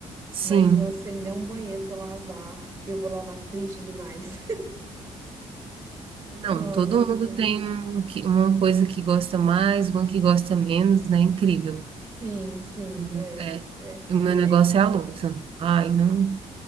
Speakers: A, on the right; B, on the right.
A: Sim.
B: Mas se você me der um banheiro pra eu lavar, eu vou lavar triste demais.
A: Não,
B: Nossa,
A: todo
B: fico.
A: mundo tem um, que- uma coisa que gosta mais, uma que gosta menos, né? Incrível.
B: Sim, sim,
A: O-
B: né?
A: É,
B: É,
A: e o meu negócio
B: é,
A: é a louça. Ai, não,